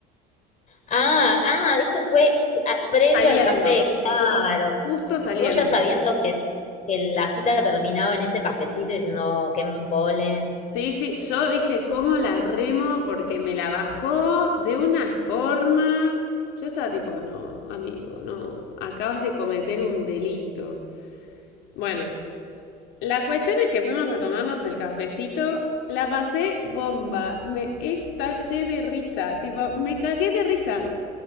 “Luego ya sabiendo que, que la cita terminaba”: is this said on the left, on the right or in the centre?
Left